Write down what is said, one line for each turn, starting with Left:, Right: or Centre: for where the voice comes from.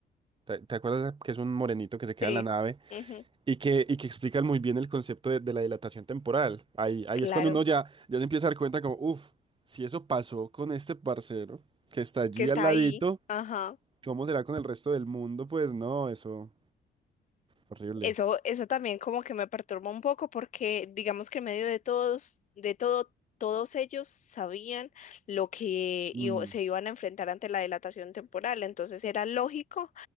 Right: ¿Te, te acuerdas que es un morenito que se queda
Left: Sí.
Right: en la nave
Left: Ujú.
Right: y que, y que explican muy bien el concepto de, de la dilatación temporal? Ahí, ahí
Left: Claro,
Right: es cuando uno ya, ya se empieza a dar cuenta como, uff, si eso pasó con este parcero que está allí
Left: que está
Right: al ladito.
Left: ahí. Ajá.
Right: ¿Cómo será con el resto del mundo? Pues no, eso, horrible.
Left: Eso, eso también como que me perturba un poco porque digamos que en medio de todos, de todo, todos ellos sabían lo que
Right: Mm,
Left: iba- se iban a enfrentar ante la dilatación temporal. Entonces era lógico